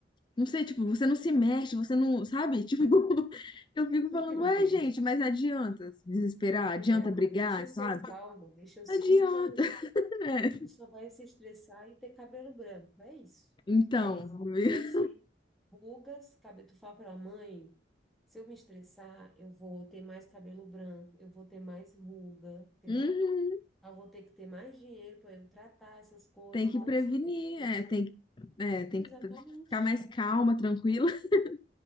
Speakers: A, on the left; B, in the centre.
A: Não sei, tipo, você não se mexe, você não. Sabe? <laughs> Tipo, eu fico falando:
B: meu
A: Ué,
B: Deus.
A: gente,
B: <laughs>
A: mas adianta se desesperar?
B: Oh,
A: Adianta
B: meu
A: brigar,
B: Deus, deixa eu ser
A: sabe?
B: calma, deixa eu ser.
A: Adianta,
B: Então,
A: <laughs> né?
B: tu só vai se estressar e ter cabelo branco, é isso.
A: Então.
B: É isso.
A: <laughs>
B: Cresce rugas, cabelo. Tu fala pra mãe, se eu me estressar, eu vou ter mais cabelo branco, eu vou ter mais ruga, entendeu?
A: Uhum,
B: Eu vou ter que ter mais dinheiro para eu tratar essas coisas.
A: tem que
B: Então,
A: prevenir,
B: assim, eu prefiro
A: é,
B: ser.
A: tem que, é, tem
B: Exatamente.
A: que ficar mais calma, tranquila. <laughs>